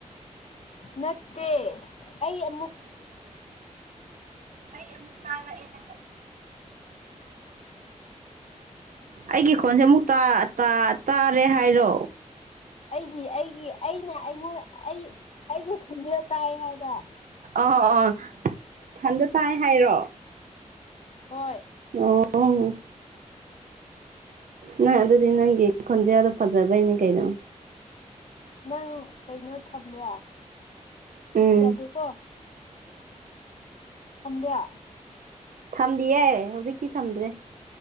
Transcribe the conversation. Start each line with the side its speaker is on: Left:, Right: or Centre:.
Left: ꯅꯠꯇꯦ ꯑꯩ ꯑꯃꯨꯛ
Right: ꯑꯩ ꯑꯃꯨꯛ ꯇꯥꯔꯛꯑꯦꯅ ꯑꯩꯒꯤ ꯈꯣꯟꯁꯦ ꯑꯃꯨꯛ ꯇ ꯇꯥꯔꯦ ꯍꯥꯏꯔꯣ
Left: ꯑꯩꯒꯤ ꯑꯩꯒꯤ ꯑꯩꯅ ꯑꯩꯉꯣꯟ ꯑꯩ ꯑꯩꯒꯤ ꯈꯟꯖꯦꯜ ꯇꯥꯏ ꯍꯥꯏꯕ
Right: ꯑꯥ ꯑꯥ ꯊꯟꯗ ꯇꯥꯏ ꯍꯥꯏꯔꯣ
Left: ꯍꯣꯏ
Right: ꯑꯣ ꯑꯥꯎ ꯅꯣꯏ ꯑꯗꯨꯗꯤ ꯅꯪꯒꯤ ꯈꯣꯟꯖꯦꯟꯗꯣ ꯐꯖꯕꯩꯅꯦ ꯀꯩꯅꯣ
Left: ꯅꯪ ꯀꯩꯅꯣ ꯊꯝꯕ꯭ꯔꯥ
Right: ꯎꯝ
Left: ꯌꯥꯗꯦꯀꯣ ꯊꯝꯕ꯭ꯔꯥ
Right: ꯊꯝꯗꯤꯌꯦ ꯍꯧꯖꯤꯛꯇꯤ ꯊꯝꯗ꯭ꯔꯦ